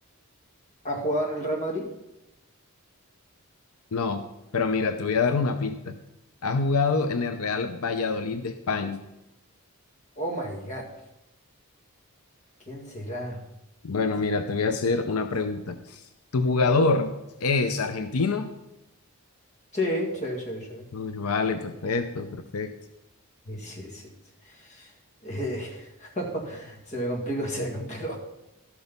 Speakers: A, on the left; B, on the left.
A: ha jugado en el Real Madrid?
B: No, pero mira, te voy a dar una pista. Ha jugado en el Real Valladolid de España.
A: Oh my God. ¿Quién será?
B: Bueno, mira, te voy a hacer una pregunta. ¿Tu jugador es argentino?
A: Sí, sí, sí, sí.
B: Uy, vale, perfecto, perfecto.
A: Sí, sí, sí, sí. Eh, <laughs> se me complicó, se me complicó.